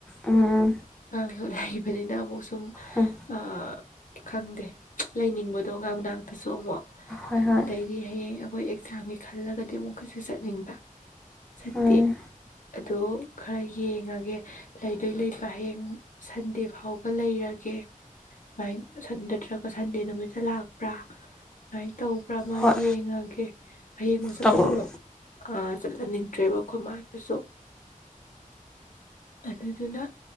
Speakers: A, in the centre; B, on the left.
A: ꯎꯝ
B: ꯉꯔꯥꯡꯁꯨ ꯂꯩꯕꯅꯤꯅ ꯑꯃꯨꯛꯁꯨ ꯁꯨꯝ
A: ꯎꯝ
B: ꯑ ꯈꯪꯗꯦ ꯂꯩꯅꯤꯡꯕꯗꯣ ꯑꯉꯥꯡ ꯃꯅꯥꯛꯇꯁꯨ ꯑꯃꯨꯛ
A: ꯍꯣꯏ ꯍꯣꯏ
B: ꯑꯗꯩꯗꯤ ꯍꯌꯦꯡ ꯑꯩꯈꯣꯏ ꯑꯦꯛꯖꯥꯝꯒꯤ ꯈꯜꯂꯒꯗꯤ ꯑꯃꯨꯛꯀꯁꯨ ꯆꯠꯅꯤꯡꯕ ꯆꯠꯇꯦ
A: ꯎꯝ
B: ꯑꯗꯣ ꯈꯔ ꯌꯦꯡꯉꯒꯦ ꯂꯩꯕꯩ ꯂꯩꯕ ꯍꯌꯦꯡ ꯁꯟꯗꯦ ꯐꯥꯎꯕ ꯂꯩꯔꯒꯦ ꯃꯥꯏꯟ ꯁꯟ ꯅꯠꯇ꯭ꯔꯒ ꯁꯟꯗꯦ ꯅꯨꯃꯤꯠꯇ ꯂꯥꯛꯄ꯭ꯔꯥ ꯁꯨꯃꯥꯏꯅ ꯇꯧ ꯕ‌꯭ꯔꯥꯃ
A: ꯍꯣꯏ
B: ꯑꯃ ꯌꯦꯡꯉꯒꯦ ꯍꯌꯦꯡꯃꯛ ꯆꯠꯄꯗꯨꯒ
A: ꯇꯧꯔꯣ
B: ꯑ ꯆꯠꯍꯟꯅꯤꯡꯗ꯭ꯔꯦꯕ ꯑꯩꯈꯣꯏ ꯃꯥꯅꯁꯨ ꯑꯗꯨꯗꯨꯅ